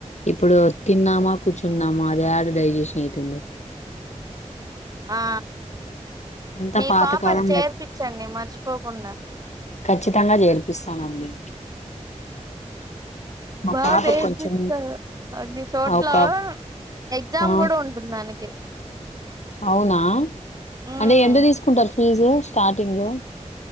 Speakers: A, on the left; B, on the right.
A: ఇప్పుడు తిన్నామా కూర్చున్నామా అది ఏడ డైజెషన్ అయితుంది
B: ఆ
A: అంతా
B: మీ
A: పాతకాలం
B: పాపని చేర్పించండి
A: లె
B: మర్చిపోకుండా
A: ఖచ్చితంగా చేర్పిస్తానండి మా
B: బాగా
A: పాపకు
B: నేర్పిస్తారు
A: కొంచెం
B: అన్ని చోట్లా
A: ఒక
B: ఎగ్జామ్
A: ఆ
B: కూడా ఉంటుందానికి
A: అవునా
B: హ్మ్.
A: అంటే ఎంత తీసుకుంటారు ఫీజు స్టార్టింగ్ లో